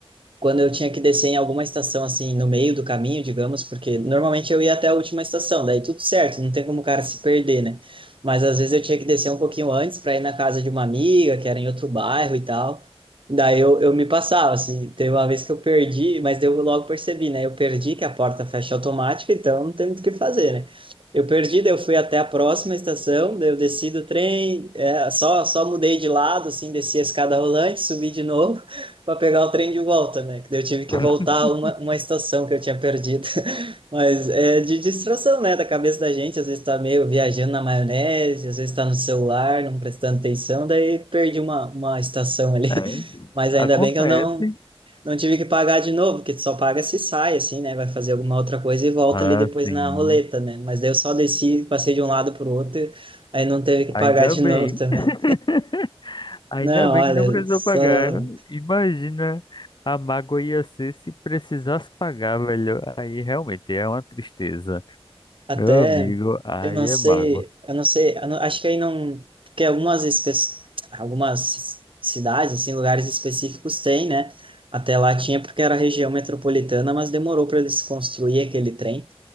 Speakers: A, on the right (about 55°); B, on the left (about 45°).
A: quando eu tinha que descer em alguma estação, assim, no meio do caminho, digamos, porque normalmente eu ia até a última estação, daí tudo certo, não tem como o cara se perder, né? Mas às vezes eu tinha que descer um pouquinho antes para ir na casa de uma amiga, que era em outro bairro e tal. Daí eu, eu me passava, assim, teve uma vez que eu perdi, mas daí eu logo percebi, né? Eu perdi que a porta fecha automática, então não tem muito o que fazer, né? Eu perdi, daí eu fui até a próxima estação, daí eu desci do trem, é, só, só mudei de lado, assim, desci a escada rolante, subi de novo para pegar o trem de volta, né? Que daí Eu tive que
B: <laughs>
A: voltar uma, uma estação que eu tinha perdido. <laughs> Mas é de distração, né? Da cabeça da gente, às vezes tá meio viajando na maionese, às vezes tá no celular, não prestando atenção, daí perdi uma, uma estação ali.
B: É,
A: <laughs> Mas
B: acontece.
A: ainda bem que eu não, não tive que pagar de novo, porque só paga se sai, assim, né? Vai fazer alguma outra coisa e volta
B: Ah,
A: ali depois
B: sim.
A: na roleta, né? Mas daí eu só desci, passei de um lado pro outro, aí não teve que
B: Ainda
A: pagar de
B: bem.
A: <laughs> novo também.
B: <laughs> Ainda
A: Não,
B: bem
A: olha,
B: que não precisou
A: só
B: pagar. Imagina a mágoa ia ser se precisasse pagar, velho. Aí realmente é uma tristeza.
A: Até,
B: Meu amigo, aí
A: eu não sei,
B: é mágoa.
A: eu não sei, eu não- acho que aí não, porque algumas espe- algumas cidades, assim, lugares específicos tem, né? Até lá tinha porque era região metropolitana, mas demorou para eles construir aquele trem.